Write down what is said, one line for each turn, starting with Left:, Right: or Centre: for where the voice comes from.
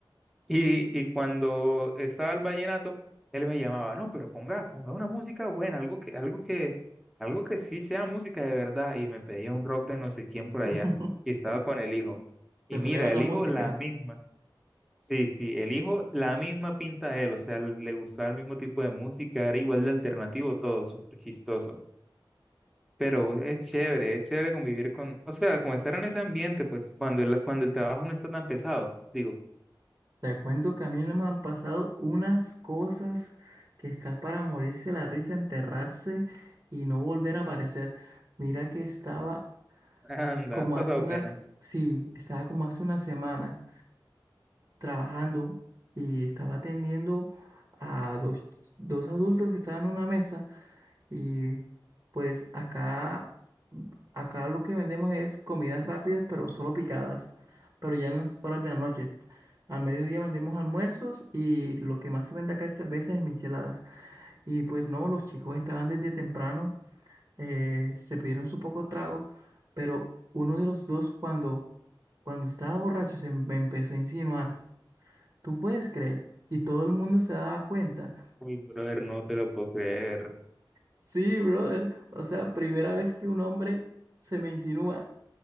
Centre: Y, y cuando estaba el vallenato, él me llamaba, no, pero ponga, ponga una música buena, algo que, algo que, algo que sí sea música de verdad. Y me pedía un rock de no sé quién por allá.
Right: <laughs>
Centre: Y estaba con el hijo. Y
Right: Se
Centre: mira,
Right: prueba la
Centre: el
Right: música.
Centre: hijo la misma. Sí, sí, el hijo la misma pinta de él. O sea, le gustaba el mismo tipo de música, era igual de alternativo todo, súper chistoso. Pero es chévere, es chévere convivir con, o sea, como estar en ese ambiente, pues, cuando el, cuando el trabajo no está tan pesado. Digo,
Right: Te cuento que a mí no me han pasado unas cosas que está para morirse la risa, enterrarse y no volver a aparecer. Mira que estaba
Centre: <laughs> anda,
Right: como
Centre: has pasado
Right: hace unas,
Centre: pena.
Right: sí, estaba como hace una semana trabajando y estaba atendiendo a dos, dos adultos que estaban en una mesa. Y pues acá, acá lo que vendemos es comidas rápidas, pero solo picadas, pero ya en las horas de la noche. Al mediodía vendemos almuerzos y lo que más se vende acá es cervezas y micheladas. Y pues no, los chicos estaban desde temprano, eh, se pidieron su poco trago, pero uno de los dos cuando, cuando estaba borracho se me empezó a insinuar, ¿tú puedes creer? Y todo el mundo se daba cuenta.
Centre: Uy, brother, no te lo puedo creer.
Right: Sí, brother. O sea, primera vez que un hombre se me insinúa,